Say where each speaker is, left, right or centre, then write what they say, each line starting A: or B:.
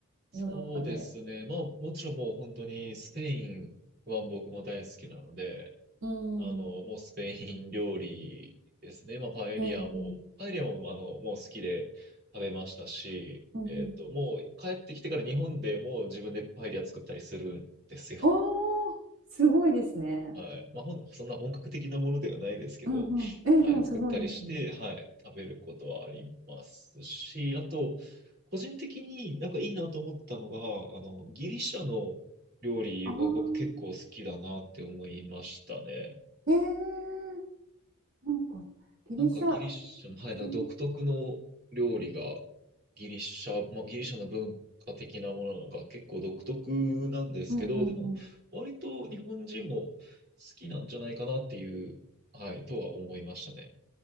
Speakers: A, on the right; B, on the right.
A: そうですね。
B: ヨーロッパで。
A: まあ、もちろんもう本当にスペインは僕も大好きなので、
B: うんうん。
A: あの、もうスペイン料理ですね。まあ、パエリアも、
B: うんうん。
A: パエリアも、あの、もう好きで食べましたし、
B: うんうん。
A: えっと、もう帰ってきてから日本でもう自分でパエリア作ったりするんですよ。
B: おー、すごいですね。
A: はい。まあ、ほん、そんな本格的なものではないですけど、
B: うんうん。えー、
A: はい、
B: でもすごいですね。
A: 作ったりして、はい、食べることはありますし、あと、個人的になんかいいなと思ったのが、あの、ギリシャの料理は僕結構好きだなって思いましたね。
B: ああ、えー、なんかギリシャ
A: なんかギリシャも、はい、
B: 系、
A: なんか独特の料理がギリシャ、まあ、ギリシャの文化的なものなのか結構独特なんですけど、
B: うんうんうん。
A: でも割と日本人も好きなんじゃないかなっていう、はい、とは思いましたね。